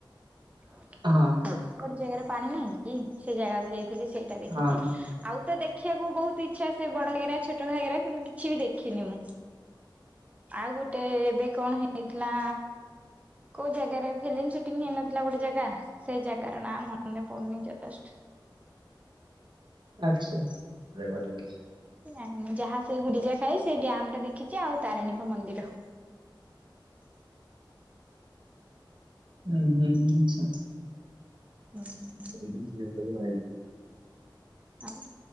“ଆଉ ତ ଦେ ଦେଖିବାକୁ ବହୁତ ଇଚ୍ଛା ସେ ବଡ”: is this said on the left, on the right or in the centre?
Right